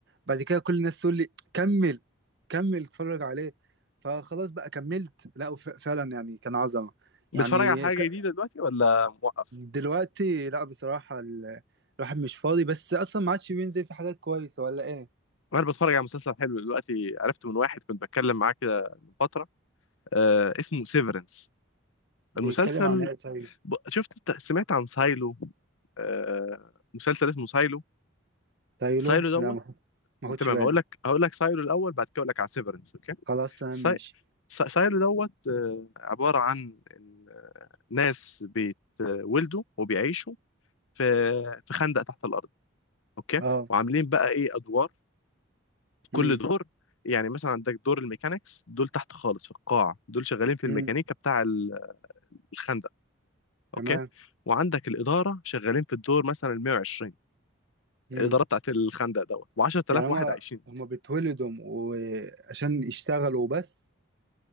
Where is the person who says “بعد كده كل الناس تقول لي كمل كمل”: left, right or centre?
Right